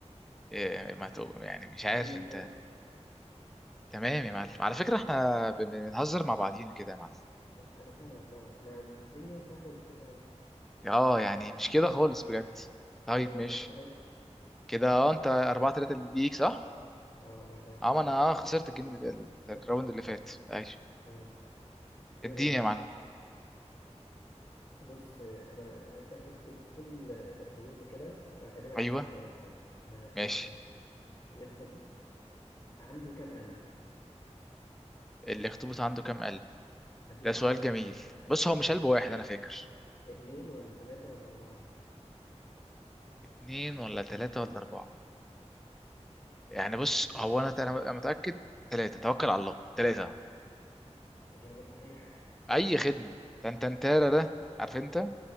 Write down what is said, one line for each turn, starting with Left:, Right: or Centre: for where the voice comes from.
Centre: إيه ما تو... يعني مش عارف
Left: علم الفلك
Centre: انت تمام يا معلم على فكرة احنا ب- ب- بنهزر مع بعضينا كده يا معلم
Left: أنا أنا فاهمك طبعا احنا الدنيا سهلة وبسيطة أوي
Centre: اه يعني مش كده خالص بجد طيب
Left: كده أنا
Centre: ماشي
Left: أربعة تلاتة
Centre: كده اه انت أربعة تلاتة ليك صح؟
Left: أه أربعة تلاتة
Centre: اه
Left: ليا
Centre: ما انا آه، خسرت الجيم اللي
Left: أنت خسرت
Centre: الراوند
Left: ال-
Centre: اللي فات
Left: ال-
Centre: ماشي
Left: آه. دور
Centre: اديني
Left: يا باشا
Centre: يا معلم
Left: بص أنا أنت كنت بتقول الأخطبوط وكده فتقريبا
Centre: ايوه
Left: عندك معلومات عنه أنا هسألك
Centre: ماشي
Left: سؤال الأخطبوط عنده كام قلب؟
Centre: الاخطبوط عنده كام قلب
Left: هديك
Centre: ده سؤال
Left: اختيارات
Centre: جميل بص هو مش قلب واحد انا فاكر
Left: اتنين ولا تلاتة ولا أربعة؟
Centre: اتنين ولا تلاتة ولا اربعة يعني بص هو انا انا أنا متأكد تلاتة توكل على الله تلاتة
Left: إجابة صحيحة
Centre: اي خدمة تنتنتارا ده عارف انت ما